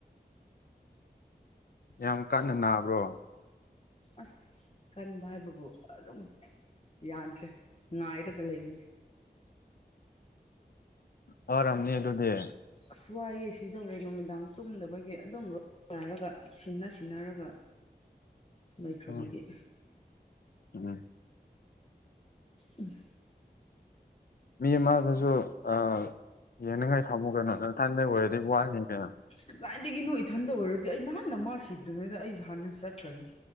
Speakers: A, on the left (about 65°); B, on the left (about 35°).
A: ꯌꯥꯝ ꯀꯥꯟꯅ ꯅꯥꯕ꯭ꯔꯣ
B: ꯑꯁ ꯀꯟꯕ ꯍꯥꯏꯕꯕꯨ ꯑꯗꯨꯝ ꯌꯥꯗ꯭ꯔꯦ ꯉꯥꯏꯔꯒ ꯂꯩꯕꯅꯤ
A: ꯑꯣ ꯋꯥꯔꯝꯅꯤ ꯑꯗꯨꯗꯤ
B: ꯑꯁ ꯋꯥꯏꯌꯦ ꯁꯤꯗꯧꯔꯦ ꯅꯨꯃꯤꯗꯥꯡ ꯇꯨꯝꯗꯕꯒꯤ ꯑꯗꯨꯝ ꯔꯣꯏ ꯂꯥꯏꯔꯒ ꯁꯤꯟꯅ ꯁꯤꯟꯅꯔꯒ ꯂꯩꯈ꯭ꯔꯕꯒꯤ
A: ꯑꯣ ꯎꯝ
B: ꯎꯝ
A: ꯃꯤ ꯑꯃꯗꯁꯨ ꯑꯥꯌꯦꯡꯅꯤꯡꯉꯥꯏ ꯊꯝꯃꯨ ꯀꯩꯅꯣ ꯅꯊꯟꯗ ꯑꯣꯏꯔꯗꯤ ꯋꯥꯅꯤ ꯀꯩꯅ‌ꯣ
B: ꯀꯗꯥꯥꯏꯏꯗꯒꯤꯅꯣ ꯏꯊꯟꯗ ꯑꯣꯏꯔꯗꯤ ꯑꯩ ꯅꯍꯥꯟ ꯃꯥ ꯁꯤꯗ꯭ꯔꯤꯉꯩꯗ ꯑꯩ ꯍꯥꯟꯅ ꯆꯠꯈ꯭ꯔꯅꯤ